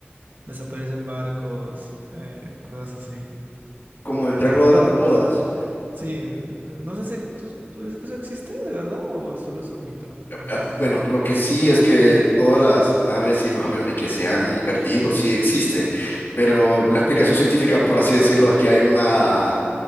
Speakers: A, on the right; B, on the left.
A: desaparecen barcos, eh, cosas así.
B: Como el Triángulo de las Bermudas.
A: Sí, eh, no sé si ¿tú- tú- ¿es- eso existe de verdad o solo es un mito. No
B: Ah,
A: sé si
B: Bueno,
A: es eso.
B: lo que sí es que todas las naves y los aviones que se han perdido sí existe, pero
A: Ujú,
B: la explicación científica, por así decirlo, es que hay una